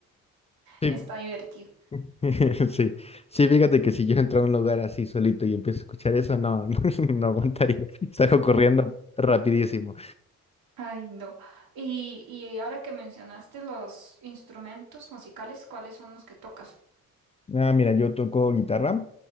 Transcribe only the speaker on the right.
Está divertido.
Ujú.
Ay, no. Y, y ahora que mencionaste los instrumentos musicales, ¿cuáles son los que tocas?